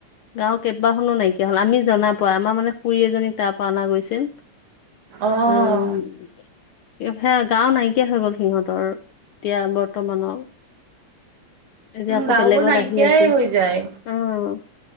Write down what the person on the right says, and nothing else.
অহ
গাঁওবোৰ
নাইকিয়াই
হৈ যায়